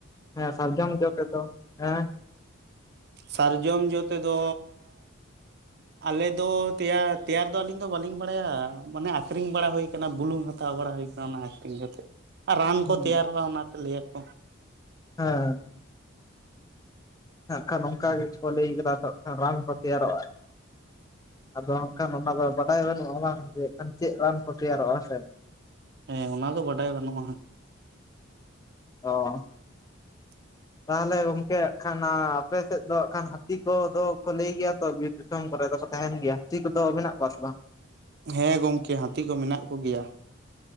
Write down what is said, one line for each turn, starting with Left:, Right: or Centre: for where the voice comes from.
Left: ᱦᱮᱸ ᱥᱟᱨᱡᱚᱢ ᱡᱚ ᱛᱮᱫᱚ ᱦᱮᱸ
Right: ᱥᱟᱨᱡᱚᱢ ᱡᱚ ᱛᱮᱫᱚ ᱟᱞᱮ ᱫᱚ ᱛᱮᱭᱟᱨ ᱛᱮᱭᱟᱨ ᱫᱚ ᱟᱞᱤᱧ ᱫᱚ ᱵᱟᱞᱤᱧ ᱵᱟᱲᱟᱭᱟ ᱢᱟᱱᱮ ᱟᱠᱷᱨᱤᱧ ᱵᱟᱲᱟ ᱦᱩᱭ ᱟᱠᱟᱱᱟ ᱵᱩᱞᱩᱝ ᱦᱟᱛᱣ ᱵᱟᱲᱟ ᱦᱩᱭ ᱠᱟᱱᱟ ᱚᱱᱟ ᱮᱠᱴᱤᱝ ᱠᱟᱛᱮ ᱟᱨ ᱨᱟᱱ ᱠᱚ
Left: ᱦᱮᱸ
Right: ᱛᱮᱭᱟᱨᱚᱜᱼᱟ ᱚᱱᱟ ᱛᱮ ᱞᱟᱹᱭ ᱟᱠᱚ
Left: ᱦᱮᱸ ᱦᱟᱸᱜ ᱠᱷᱟᱱ ᱚᱱᱠᱟ ᱜᱮᱪᱚ ᱠᱚ ᱞᱟᱹᱭ ᱠᱟᱫᱟ ᱛᱚ ᱦᱟᱸᱜ ᱠᱷᱟᱱ ᱨᱟᱱ ᱠᱚ ᱛᱮᱭᱟᱨᱚᱜᱼᱟ ᱟᱫᱚ ᱦᱟᱠᱷᱟᱱ ᱚᱱᱟ ᱫᱚ ᱵᱟᱰᱟᱭ ᱵᱟᱹᱱᱩᱜᱼᱟ ᱡᱮᱠᱷᱟᱱ ᱪᱮᱫ ᱨᱟᱱ ᱠᱚ ᱛᱮᱭᱟᱨᱚᱜᱼᱟ ᱥᱮ
Right: ᱦᱮᱸ ᱚᱱᱟ ᱫᱚ ᱵᱟᱰᱟᱭ ᱵᱟᱹᱱᱩᱜᱼᱟ᱾
Left: ᱚ
Right: <unintelligible>
Left: ᱛᱟᱦᱚᱞᱮ ᱜᱚᱝᱠᱮ ᱦᱟᱸᱜ ᱠᱷᱟᱱ ᱟᱯᱮ ᱥᱮᱫ ᱫᱚ ᱦᱟᱸᱜ ᱠᱷᱟᱱ ᱦᱟᱹᱛᱤ ᱠᱚᱫᱚ ᱠᱚ ᱞᱟᱹᱭ ᱜᱮᱭᱟ ᱛᱚ ᱵᱤᱨ ᱫᱤᱥᱚᱢ ᱠᱚᱨᱮ ᱫᱚ ᱛᱟᱦᱮᱱ ᱜᱮᱭᱟ ᱪᱮᱫ ᱠᱚᱫᱚ ᱢᱮᱱᱟᱜ ᱠᱚᱣᱟ ᱥᱮ ᱵᱟᱝ?
Right: ᱦᱮᱸ ᱜᱚᱢᱠᱮ ᱦᱟᱹᱛᱤ ᱠᱚ ᱢᱮᱱᱟᱜ ᱠᱚᱜᱮᱭᱟ